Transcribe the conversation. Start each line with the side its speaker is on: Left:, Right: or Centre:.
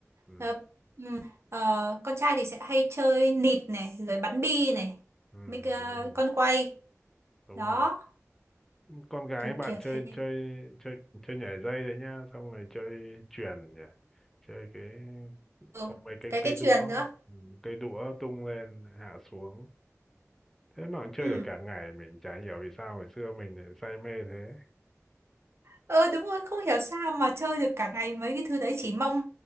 Centre: ừ,
Right: Ờ, ừ, ờ, con trai thì sẽ hay chơi nịt này, rồi bắn bi này,
Centre: ừ,
Right: mấy cái, ờ,
Centre: đúng rồi.
Right: con quay
Centre: đúng
Right: đó,
Centre: rồi con gái
Right: kiểu
Centre: bạn
Right: kiểu
Centre: chơi
Right: thế.
Centre: chơi chơi chơi nhảy dây đấy nhá xong rồi chơi chuyền nhỉ chơi cái
Right: Ừ,
Centre: có mấy cái
Right: cái
Centre: cây
Right: cái
Centre: đũa
Right: chuyền nữa.
Centre: ừ, cây đũa tung lên hạ xuống thế mà cũng chơi
Right: Ừ.
Centre: được cả ngày mình chả hiểu vì sao hồi xưa mình lại say mê thế
Right: Ờ đúng rồi, không hiểu sao mà chơi được cả ngày mấy cái thứ đấy chỉ mong